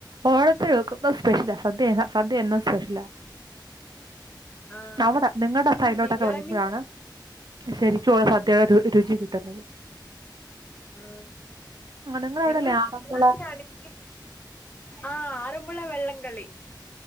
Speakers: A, on the right; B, on the left.
A: ഓണത്തിന് ഒക്കെ സ്പെഷ്യല സദ്യ സദ്യ എന്ന സ്പെഷ്യലാ
B: ആഹ്
A: നവിടെ നിങ്ങളുടെ സൈഡിൽലോട്ടൊക്കെ
B: ഈ ബിരിയാണി
A: വരുമ്പോഴാണ് ശരിക്കുംവാ സദ്യയുടെ രുചി കിട്ടുന്നത്
B: ആ
A: നിങ്ങളവിടെ
B: ഞങ്ങൾ
A: ഇല്ലേ ആറന്മുള
B: ബിരിയാണിയണെങ്കിൽ ആഹ അറമ്പുള വള്ളം കളി